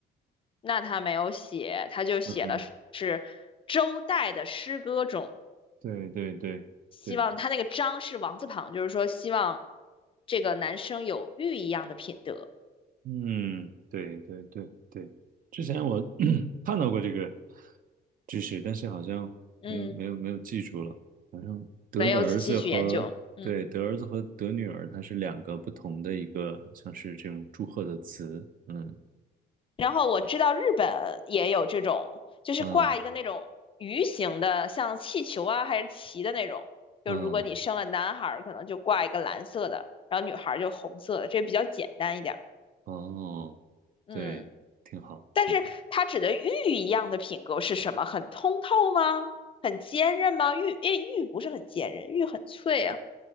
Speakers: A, on the left; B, on the right.
A: 那他没有写，他就写了是周代的诗歌中，
B: 嗯，对对对对，
A: 希望他那个璋是王字旁，就是说希望这个男生有玉一样的品德。
B: 嗯，对对对对，之前我 <coughs> <clears throat> 看到过这个知识，但是好像没有没有没有记住了。
A: 嗯，
B: 好像得的儿子和对得儿子和得女儿，
A: 没有仔细去研究，嗯
B: 它是两个不同的一个，像是这种祝贺的词。嗯
A: 然后我知道日本也有这种，就是挂一个那种鱼形的，
B: 嗯
A: 像气球啊还是旗的那种。就如果你生了男孩儿，
B: 嗯
A: 可能就挂一个蓝色的，然后女孩儿就红色的，这比较简单一点儿。
B: 哦，
A: 嗯，
B: 对，挺好，
A: 但是它指的玉一样的品格是什么？
B: 挺好，
A: 很通透吗？很坚韧吗？玉，诶，玉不是很坚韧，玉很脆啊。